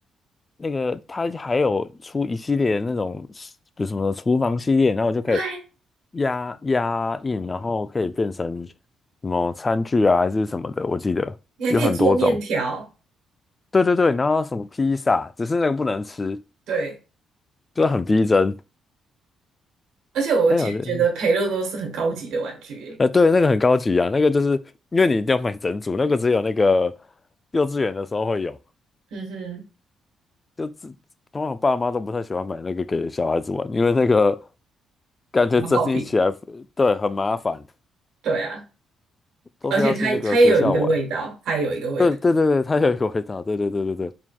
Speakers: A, on the left; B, on the right.
A: 那个，他还有出一系列那种，比如什么厨房系列，然后我就可以
B: 对，
A: 压压印，然后可以变成什么餐具啊，还是什么的，我记得有很多种。
B: 你还可以做面条。
A: 对对对，然后什么披萨，只是那个不能吃，
B: 对，
A: 就很逼真。
B: 而且我以前觉得培乐多是很高级的玩具耶
A: 哎，我觉得。呃，对，那个很高级啊，那个就是因为你一定要买整组，那个只有那个幼稚园的时候会有，
B: 嗯哼，
A: 就自通常爸妈都不太喜欢买那个给小孩子玩，因为那个感觉整理起来，
B: 消耗品，
A: 对，很麻烦，
B: 对啊，
A: 都是要去那个学校玩。
B: 而且它它也有一个味道，它也有一个味道，
A: 对对对对，他有一个回答，对对对对对，